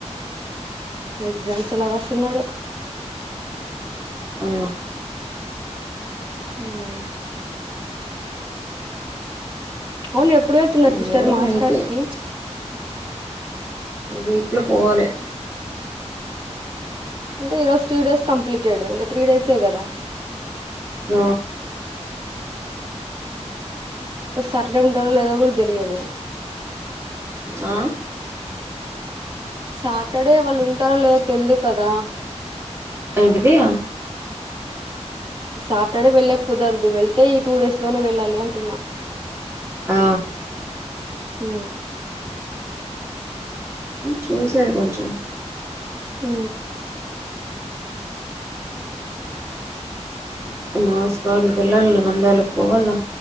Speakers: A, on the right; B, on the right.
A: ఎగ్జామ్స్ ఎల్ రస నోడు
B: ఆ
A: హ అవును ఎప్పుడు వ న్నారు
B: ఇదెవరు
A: సిస్టర్ మాస్కార్స్
B: నీకే
A: కి
B: ఈ వీట్లో పోవాలి
A: అంటే ఈ రోజు త్రీ డేస్ కంప్లీట్డు ఇంకా త్రీ డేసే కదా
B: ద
A: ఇ సాటర్డే ఉంటారో లేదో కూడా తెలియదు
B: ఆ
A: సాటర్డే వాళ్ళు ఉంటారో లేదో తెలిదు కదా
B: అవుంటిదయా
A: సాటర్డే వెళ్ళ కుదరదు వెళ్తే ఈ టూ డేస్ లోనే వెళ్ళాలి అంటున్నా
B: ఆ
A: హ
B: చూసారు కచ
A: అ
B: మాస కాాలకి వెల్ నందేల పోవాలాల